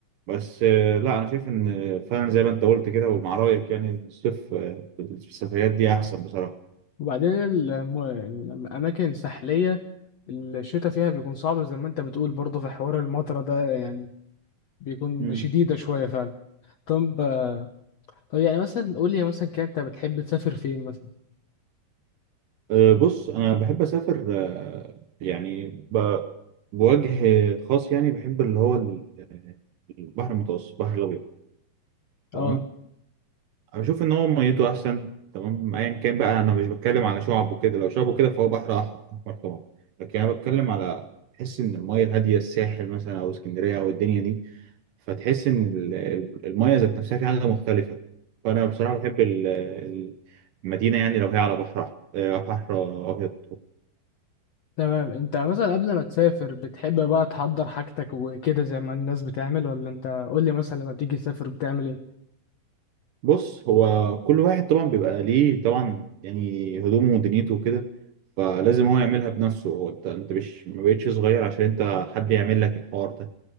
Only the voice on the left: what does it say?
وبعدين الم- يعني الاماكن الساحلية الشتاء فيها بيكون صعب زي ما انت بتقول برضه في حوار المطرة ده يعني بيكون
شديدة شوية فعلا طب طب يعني مثلا قول لي مثلا كده انت بتحب تسافر فين مثلا
اه
تمام انت مثلا قبل ما تسافر بتحب بقى تحضر حاجتك وكده زي ما الناس بتعمل ولا انت قول لي مثلا لما بتيجي تسافر بتعمل ايه